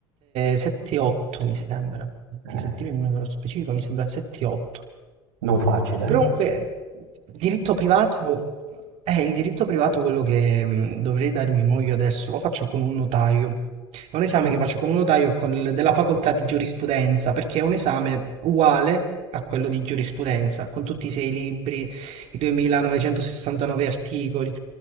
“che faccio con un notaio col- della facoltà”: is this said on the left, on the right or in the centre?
Right